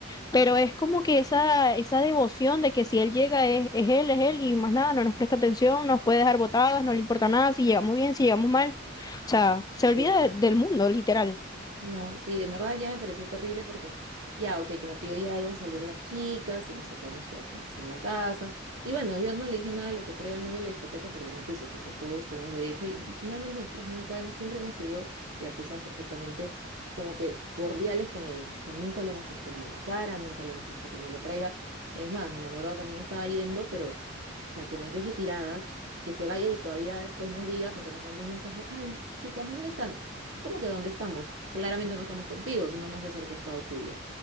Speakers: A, on the left (about 20°); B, on the right (about 75°).
A: Pero es como que esa, esa devoción de que si él llega es, es él, es él y más nada, no nos presta atención, nos puede dejar botadas, no le importa nada, si llegamos bien, si llegamos mal. O sea, se olvida
B: exacto.
A: de- del mundo, literal.
B: No, sí, en verdad ya me pareció terrible porque ya, ok, como tío ya íbamos a salir las chicas, íbamos a quedarnos todas juntas en la casa. Y bueno, yo no le dije nada de lo que traiga el novio a la discoteca porque como tú dices, o sea, todos tenemos derecho y, y finalmente nosotros nunca hemos, siempre hemos sido, ya tú sabes perfectamente, como que cordiales con él. O sea, nunca le hemos puesto mal la cara, nunca le hemos dicho que no lo traiga. Es más, mi enamorado también estaba yendo, pero, o sea, que nos deje tiradas, que se vaya y todavía después nos diga porque nos mandó un mensaje, ay, chicas, ¿dónde están? ¿Cómo que dónde estamos? Claramente no estamos contigo, si no nos ves al costado tuyo.